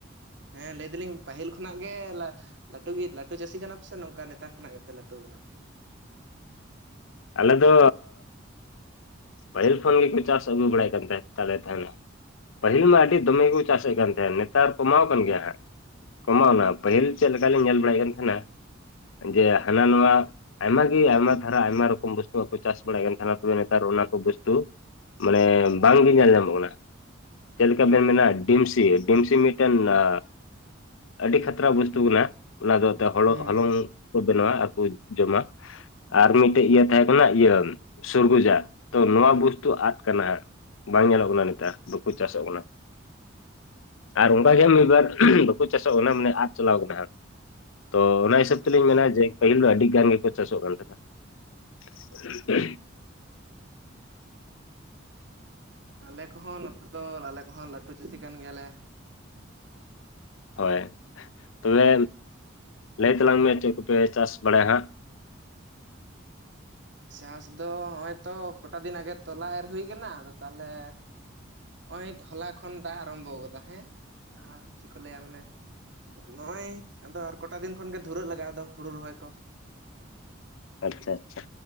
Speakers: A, on the right; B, on the left.
A: ᱦᱮᱸᱻ, ᱞᱟᱹᱭ ᱮᱫᱟᱹᱞᱤᱧ ᱯᱟᱹᱦᱤᱞ ᱠᱷᱚᱱᱟᱜ ᱜᱮ, ᱞᱟ ᱞᱟᱹᱴᱩ ᱜᱮ, ᱞᱟᱹᱴᱩ ᱪᱟᱹᱥᱤ ᱠᱟᱱᱟᱯᱮ, ᱥᱮ? ᱱᱚᱝᱠᱟ ᱱᱮᱛᱟᱨ ᱠᱷᱚᱱᱟᱜ ᱜᱮᱯᱮ, ᱞᱟᱹᱴᱩ ᱟᱠᱟᱱᱟ?
B: ᱟᱞᱮ ᱫᱚ, ᱯᱟᱹᱦᱤᱞ ᱠᱷᱳᱱ ᱜᱮᱠᱚ, ᱪᱟᱥ ᱟᱹᱜᱩ ᱵᱟᱲᱟᱭᱮᱫ ᱠᱟᱱ ᱛᱟᱦᱮᱸᱱ, ᱛᱟᱞᱮ ᱠᱷᱟᱱ ᱾ ᱯᱟᱹᱦᱤᱞ ᱢᱟ, ᱟᱹᱰᱤ ᱫᱚᱢᱮ ᱜᱮ ᱠᱚ, ᱪᱟᱥᱮᱫ ᱠᱟᱱ ᱛᱟᱦᱮᱸᱱ, ᱱᱮᱛᱟᱨ ᱠᱚᱢᱟᱣ, ᱟᱠᱟᱱ ᱜᱮᱭᱟ ᱦᱟᱸᱜ ᱾ ᱢᱟ, ᱱᱟᱜ, ᱯᱟᱹᱦᱤᱞ ᱪᱮᱫ ᱞᱮᱠᱟ, ᱞᱤᱧ ᱧᱮᱞ ᱵᱟᱲᱟ, ᱠᱮᱫ ᱠᱤᱱᱟ ᱾ ᱡᱮ, ᱦᱟᱱᱟ ᱱᱚᱣᱟ, ᱟᱭᱢᱟ ᱜᱤ ᱟᱭᱢᱟ ᱫᱷᱟᱨᱟ, ᱟᱭᱢᱟ ᱨᱚᱠ ᱵᱚᱥᱛᱩ, ᱠᱚ ᱦᱚᱸᱠᱚ ᱪᱟᱥ, ᱵᱟᱲᱟᱭ ᱠᱟᱱ, ᱛᱟᱦᱮᱱᱟ ᱾ <inaudible> ᱱᱮᱛᱟᱨ ᱚᱱᱟ ᱠᱚ ᱵᱚᱥᱛᱩ ᱢᱟᱱᱮ, ᱵᱟᱝ ᱜᱮ ᱧᱮᱞ ᱧᱟᱢᱚᱜ ᱠᱟᱱᱟ ᱾ ᱪᱮᱫ ᱞᱮᱠᱟ ᱵᱮᱱ ᱢᱮᱱᱟ? ᱰᱤᱢᱥᱤᱭᱟᱹ, ᱰᱤᱢᱥᱤ ᱢᱤᱫᱴᱮᱱ ᱟ ᱟᱹᱰᱤ, ᱠᱷᱟᱛᱨᱟ ᱵᱚᱥᱛᱩ ᱠᱟᱱᱟ ᱾ ᱚᱱᱟ ᱫᱚ ᱦᱚᱞᱚᱜ-ᱦᱚᱞᱚᱝ
A: ᱦᱩᱸ ᱦᱩᱸ
B: ᱠᱚ ᱵᱮᱱᱟᱣᱟ, ᱟᱨ ᱡᱚᱢᱟ ᱾ ᱟᱨ ᱢᱤᱫᱴᱮᱡ ᱤᱭᱟᱹ ᱦᱮᱸᱻ, ᱢᱮᱱᱟᱜ ᱜᱤᱭᱟᱹ ᱥᱩᱨᱜᱩᱡᱟ ᱾ ᱛᱚ, ᱱᱚᱣᱟ ᱵᱩᱚᱥᱛᱩ ᱟᱫ ᱟᱠᱟᱱᱟ ᱾ ᱵᱟᱝ ᱧᱮᱞᱚᱜ ᱠᱟᱱᱟ ᱾ ᱱᱮᱛᱟᱨ, ᱵᱟᱠᱚ ᱪᱟᱥᱚᱜ ᱠᱟᱱᱟ ᱾ ᱟᱨ ᱚᱝᱠᱟ ᱜᱮ, ᱩᱸᱜ-ᱨᱨᱨ ᱢᱤᱫᱵᱟᱨ ᱵᱟᱠᱚ ᱪᱟᱥᱚᱜ ᱠᱟᱱᱟ ᱾ ᱢᱟᱱᱮ ᱟᱫ ᱪᱟᱞᱟᱣ ᱟᱠᱟᱱᱟ ᱾ ᱛᱚ, ᱚᱱᱟ ᱦᱤᱥᱟᱹᱵ
A: ᱟᱪᱪᱷᱟ
B: ᱛᱮᱞᱤᱧ, ᱢᱮᱱᱟ ᱾ ᱡᱮ, ᱯᱟᱹᱦᱤᱞ ᱫᱚ ᱟᱹᱰᱤ ᱜᱟᱱ, ᱜᱮᱠᱚ ᱪᱟᱥᱚᱜ ᱠᱟᱱ ᱛᱟᱦᱮᱸᱱᱟ ᱾ <unintelligible>
A: ᱟᱞᱮ ᱠᱚᱦᱚ, ᱸ ᱱᱚᱛᱮ ᱫᱚ, ᱟᱞᱮ ᱠᱚᱦᱚᱸ, ᱞᱟᱹᱴᱩ ᱪᱟᱹᱥᱤ, ᱠᱟᱱ ᱜᱮᱭᱟ ᱞᱮ ᱾
B: ᱦᱳᱭ, ᱛᱚᱵᱮ, ᱞᱟᱹᱭ ᱛᱟᱞᱟᱝ ᱢᱮ, ᱪᱮᱫ ᱠᱚᱯᱮ ᱪᱟᱥ ᱵᱟᱲᱟᱭᱟ ᱦᱟᱸᱜ?
A: ᱪᱟᱥ ᱫᱚ, ᱦᱚᱸᱜᱼᱚᱭ ᱛᱚ, ᱠᱚᱴᱟ ᱫᱤᱱᱟᱜ ᱜᱮ, ᱛᱚᱞᱟ ᱮᱨ ᱦᱩᱭ ᱟᱠᱟᱱᱟ ᱾ ᱟᱫᱚ ᱛᱟᱦᱚᱞᱮ ᱦᱚᱸᱜᱼᱚᱭ ᱦᱚᱞᱟ ᱠᱷᱚᱱ ᱫᱟᱜᱼᱮ ᱟᱨᱚᱢᱵᱷᱚ ᱟᱠᱟᱫᱟ ᱾ ᱦᱮᱸ! ᱟᱨ ᱪᱮᱫ ᱠᱚ ᱞᱟᱹᱭᱟ ᱢᱟᱱᱮ ᱱᱚᱜᱼᱚᱭ, ᱟᱫᱚ ᱟᱨ ᱠᱚᱴᱟ ᱫᱤᱱ ᱠᱷᱚᱱ ᱜᱮ, ᱫᱷᱩᱨᱟᱹᱜ ᱞᱟᱜᱟᱜᱼᱟ ᱾ ᱟᱫᱚ ᱦᱩᱲᱩ ᱨᱚᱦᱚᱭ ᱠᱚ ᱾
B: ᱟᱪᱪᱷᱟ ᱟᱪᱪᱷᱟ,